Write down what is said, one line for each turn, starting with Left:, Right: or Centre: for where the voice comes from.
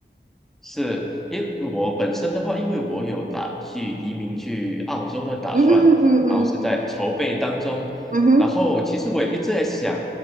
Centre: 是，因为我本身的话，因为我有打去移民去澳洲的打算，
Right: 嗯嗯嗯嗯
Centre: 然后是在筹备当中。
Right: 嗯嗯哼
Centre: 然后其实我也一直在想，